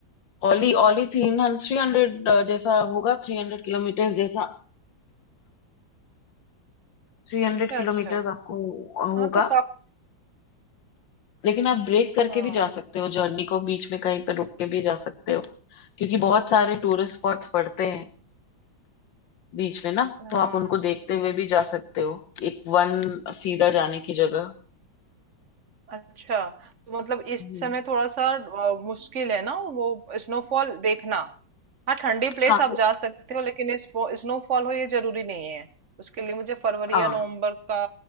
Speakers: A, on the left (about 70°); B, on the right (about 45°).
A: ओली ओली थ्री थ्री हंड्रेड जैसा होगा थ्री हंड्रेड किलोमीटर जैसा थ्री हंड्रेड
B: अच्छा
A: किलोमीटर
B: अच्छा
A: आपको होगा
B: हाँ तो काफ
A: लेकिन आप ब्रेक करके
B: हाँ
A: भी जा सकते हो जर्नी को बीच में कहीं तो रुक के भी जा सकते हो क्योंकि बहुत सारे टूरिस्ट स्पॉट्स पड़ते हैं बीच में ना
B: हाँ
A: तो आप उनको देखते हुए भी जा सकते हो एक वन सीधा जाने की जगह
B: अच्छा तो मतलब इस
A: हम्म।
B: समय थोड़ा सा अ, मुश्किल है ना वो स्नोफॉल देखना हाँ ठंडी प्लेस
A: हाँ
B: आप जा सकते हो लेकिन इस स्नोफॉल हो ये जरूरी नहीं है उसके लिए मुझे फरवरी
A: हाँ
B: या नवंबर का